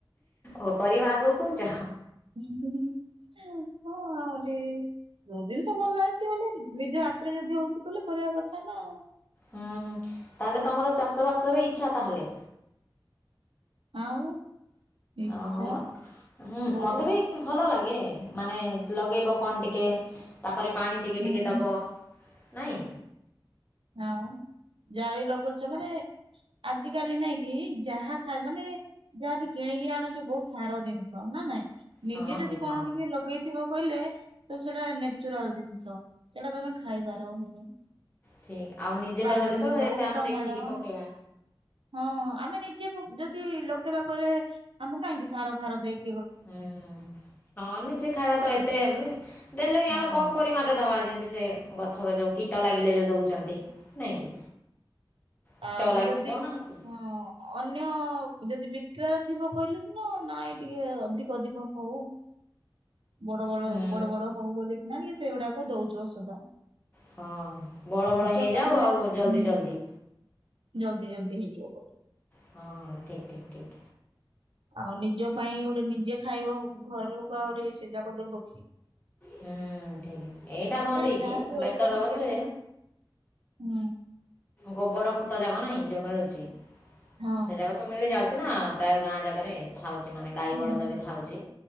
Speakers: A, on the left (about 20°); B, on the right (about 90°).
A: ଓ କରିବା ଆଗକୁ କହୁଚ।
B: <unintelligible> କୋଉ ଜିନିଷ ଭଲ ହେଇଛି ମାନେ ନିଜ ହାତରେ ଯଦି ହଉଛି ବଲି କରିବା କଥା ନା। ଆଉ
A: ହୁଁ ହୁଁ ତାହେଲେ ତମର ଚାଷବାସରେ ଇଚ୍ଛା ତାହେଲେ?
B: ଆଉ। ଇଚ୍ଛା
A: ଓହୋ ବା ହୁଁ
B: ବୋଉ
A: ମତେ ବି ଭଲ ଲାଗେ ମାନେ ଲଗେଇବ କଣ ଟିକେ ତାପରେ ପାଣି ଟିକେ
B: ହୁଁ
A: ଟିକେ ଦବ। ନାଇଁ।
B: ଆଉ ଯାଇ ଲଗଉଛ ମାନେ ଆଜ କାଲି ନାଇଁ କି ଯାହା ଖାଏ ମାନେ ଯାହା ବି କିଣିକି ଆଣୁଛୁ ବହୁତ ସାର ଜିନିଷ ନା ନାଇଁ ନିଜେ
A: ହଁ
B: ଯଦି
A: ହେ
B: କଣ
A: ହଁ
B: ଟିକେ ଲଗେଇ ଥିବ କହିଲେ ସବୁ ସେଟା ନେଚୁରାଲ ଜିନିଷ ସେଇଟା ତମେ ଖାଇବାର ହେଲେ।
A: ଠିକ ଆଉ ନିଜେ ଲଗେଇଲେ
B: ବାଇଗଣ ଟିକେ
A: ତ ଏତେ
B: ହଉ
A: ଆମେ
B: ଟମାଟୋ
A: ଦେଖିକି ପକେଇବା
B: ହଁ ଆମେ ନିଜେ ଯଦି ଲଗେଇବା ଘରେ ରେ ଆମେ କାହିଁକି ସାର ଫାର ଦେଇ
A: ହୁଁ ହଁ ନିଜେ ଖାଇବା ତ ଏତେ ଦେଲେ ବି
B: ହଁ
A: ଆମେ କମ ପରିମାଣ ଦବା ଯେମିତି ସେ ଗଛ ଯୋଉ କୀଟ ଲାଗିଲେ ଯୋଉ ଦଉଛନ୍ତି। ନାଇଁ କି କୀଟ
B: ଆହୁରି
A: ଲାଗିଲେ
B: ଯଦି
A: ଦଉନାହାନ୍ତି
B: ହଁ। ଅନ୍ୟ ଯଦି ବିକ୍ରାର ଥିବ କହିଲେ ସିନା ନାଇଁ ଟିକେ ଅଧିକ ଅଧିକ ହଉ। ବଡ ବଡ
A: ହୁଁ
B: ବଡ ବଡ ହଉ ବୋଲିକିନା ଟିକେ ସେଗୁଡାକ ଦଉଛୁ ଔଷଧ।
A: ହଁ ବଡ
B: ନିଜ
A: ବଡ ହେଇଯାଉ
B: ପାଇଁ ଗୋଟେ
A: ଆଉ ଜଲଦି
B: ହୁଁ
A: ଜଲଦି।
B: ଜଲଦି ଜଲଦି ହେଇଯିବ। ବୋଲି।
A: ହଁ ମ ଠିକ ଠିକ୍ ଠିକ୍।
B: ଆଉ ନିଜ ପାଇଁ ଗୋଟେ ନିଜେ ଖାଇବ ଘର ଲୋକ ଆହୁରି ସେ ଯାକ ଦବ କି।
A: ହୁଁ ଠିକ ଏଇଟା
B: ସେଥିପାଇଁ
A: ନ ଦେଇକି
B: ଯାହାବି ଅଳ୍ପ
A: ବେଟର
B: ଟିକେ
A: ହବ ସେ
B: ଟିକେ ହୁଁ।
A: ଗୋବର ଖତ ଜାଗ ନାହିଁ ଯୋଉ ମିଳୁଛି ସେ
B: ହଁ
A: ଜାଗ ମିଳି ଯାଉଛି ନା ପ୍ରାୟ ଗାଁ ଜାଗାରେ। ଥାଉ ଛି ମାନେ ଗାଈ
B: ହୁଁ
A: ବଳଦ
B: ହୁଁ
A: ରେ ଥାଉଛି